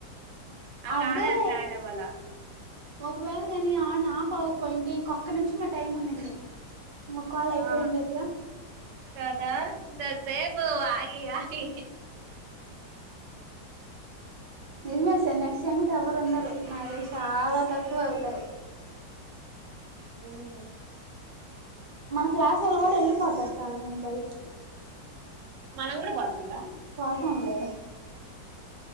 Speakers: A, on the right; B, on the right.
A: ఆ
B: అదే
A: కాల్ అసల్ యాడ్ అవలె
B: ఒకవేళ కాని ఆన్, ఆఫ్ అవ్వకపోయింటే ఇంకొక్క నిమిషమే టైం ఉన్నింది ఒక కాల్ అయిపోయిండేదిగా
A: ఆ కదా ఇంత సేపు ఆగి ఆగి
B: నిజమే సార్ నెక్స్ట్ టైమ్కి ఎవరు ఉండరు నాకు తెల్సి చాలా తక్కువ అవుతారు
A: మ్మ్
B: మన క్లాసోల్లు కూడా వెళ్ళిపోతారు చాలా మంది బయటికి
A: మనం కూడా పోతండ్లా
B: హలో